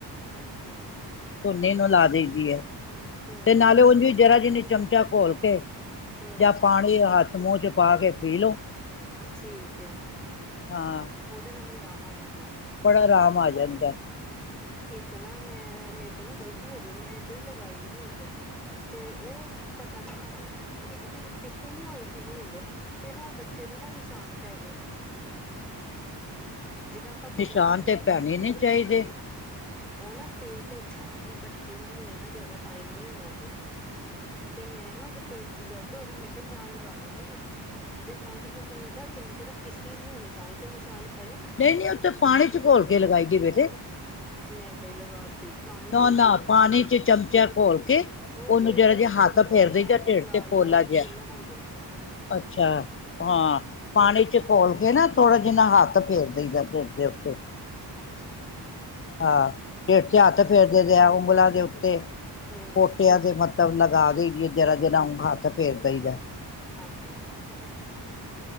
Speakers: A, in the centre; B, on the left.
A: ਅੱਛਾ
B: ਧੁਨੀ ਨੂੰ ਲਾ ਦੇਈ ਦੀ ਐ।
A: ਹੂੰ
B: ਤੇ ਨਾਲੇ ਹੁੰਦੀ ਜਰਾ ਜਿਨੀ। ਚਮਚਾ ਘੋਲ ਕੇ
A: ਹੂੰ
B: ਜਾਂ ਪਾਣੀ ਹੱਥ ਮੂੰਹ ਚ ਪਾ ਕੇ ਪੀ ਲਓ।
A: ਠੀਕ ਹੈ
B: ਹਾਂ
A: ਉਹਦੇ ਨਾਲ ਵੀ। ਰਾਮ ਆ ਜਾਂਦਾ ਹੈ।
B: ਬੜਾ ਆਰਾਮ ਆ ਜਾਂਦਾ ਹੈ ‌।
A: ਇੱਕ ਨਾ ਮੈਂ ਮੇਰੇ ਕੋਲ ਨਾ ਗ਼ਲਤੀ ਹੋ ਗਈ ਮੈਂ ਏਦਾਂ ਹੀ ਲਗਾਈ ਹਿੰਗ। ਤੇ ਉਹ। ਪਾਣੀ ਲਾ ਕੇ ਪੀਸੀ ਨੀ ਹੋਈ ਸੀ ਹਿੰਗ ਤੇ ਨਾ ਉਹ ਬੱਚੇ ਦੇ ਨਾ ਨਿਸ਼ਾਨ ਪੈ ਗਏ। ਜਿੱਦਾਂ ਆਪਾਂ ਬਾਜ਼ਾਰੀ
B: ਨਿਸ਼ਾਨ
A: ਹਿੰਗ
B: ਤੇ
A: ਨੀ
B: ਪੈਣੇ ਚਾਹੀਦੇ
A: ਉਹ ਨਾ ਪੇਟ। ਇਸ ਤਰ੍ਹਾਂ ਉਹ ਬੱਚੇ ਨੂੰ ਹੋਏ ਨਾ ਜ਼ਿਆਦਾ ਟਾਈਮ ਨਹੀਂ ਹੋਇਆ ਸੀ, ਤੇ ਮੈਂ ਨਾ ਉਹਦੇ ਪੇਟ 'ਚ ਦਰਦ ਹੋ ਰਹੀ ਮੈਂ ਕਿਹਾ ਮੈਂ ਆ ਲਗਾ ਦਿੰਨੀ ਆਂ। ਤੇ ਜਾਂ ਤਾਂ ਫਿਰ ਮੈਨੂੰ ਲੱਗਦਾ ਚੰਗੀ ਤਰ੍ਹਾਂ ਪੀਸੀ ਨਹੀਂ ਹੋਣੀ, ਤਾਂ ਹੀ ਤੇ ਨਿਸ਼ਾਨ ਪਏ
B: ਨਹੀਂ-ਨਹੀਂ ਉਹ ਤੇ ਪਾਣੀ 'ਚ ਘੋਲ ਕੇ ਲਗਾਈ ਦੀ ਹੈ ਬੇਟੇ।
A: ਮੈਂ ਏਦਾਂ ਹੀ ਲਗਾਤੀ ਤਾਂ ਹੀ
B: ਨਾ
A: ਉਹੀ
B: ਨਾ
A: ਏਦ
B: ਪਾਣੀ ਚ ਚਮਚਾ ਘੋਲ ਕੇ
A: ਉਹ
B: ਉਹਨੂੰ
A: ਕੀ ਹੋਇਆ
B: ਜਰਾ ਜਿਹਾ ਹੱਥ
A: ਲਾਲ-ਲਾਲ-ਲਾਲ
B: ਫੇਰ ਦਈਦਾ ਢਿੱਡ ਤੇ ਪੋਲਾ
A: ਸਕਿੰਨ
B: ਜਿਹਾ
A: ਹੋ ਗਈ ਹੈ।
B: ਅੱਛਾ ਹਾਂ। ਪਾਣੀ 'ਚ। ਖੋਲ ਕੇ ਨਾ ਥੋੜਾ ਜਾ ਨਾ ਹੱਥ ਫੇਰ ਦੇ ਦੀ ਦਾ ਸਿਰ ਦੇ ਉੱਤੇ।
A: ਅੱਛਾ।
B: ਹਾਂ ਸਿਰ 'ਚ ਹੱਥ ਫੇਰ ਦਿੰਦੇ ਆ ਉਗਲਾਂ ਦੇ ਉੱਤੇ।
A: ਹੂੰ
B: ਪੋਟਿਆਂ ਦੇ ਮਤਲਬ ਲਗਾ ਦੇਈ ਦੀ ਹਾਂ। ਜ਼ਰਾ-ਜ਼ਰਾ ਹੱਥ ਫੇਰ ਦੇਈ ਦਾ।
A: ਹਾਂਜੀ ਹੂੰ।